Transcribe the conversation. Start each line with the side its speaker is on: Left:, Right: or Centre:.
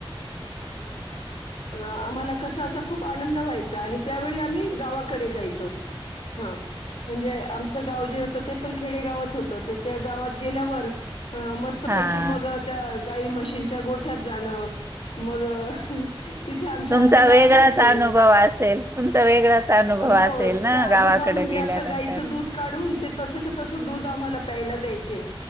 Left: <unintelligible> आम्हाला कसं असं खूप आनंद व्हायचा आणि त्यावेळी आम्ही गावाकडे जायचो. हा म्हणजे आ आमचं गाव जे होतं ते पण खेडेगावच होतं, तर त्या गावात गेल्यावर, मस्तपैकी
Right: हा.
Left: मग त्या गाई म्हशींच्यागोठ्यात जाणं, मग तिथे आमचे
Right: तुमचा
Left: आजोबा
Right: वेगळाच
Left: असायचे
Right: अनुभव असेल, तुमचा वेगळाच अनुभव.
Left: हो,
Right: असेल ना
Left: ते आजोबा
Right: गावाकडे
Left: म्हणजे
Right: गेल्यानंतर
Left: असं गाईचं दूध काढुन तसच्या तसं दूध आम्हाला प्यायला द्यायचे,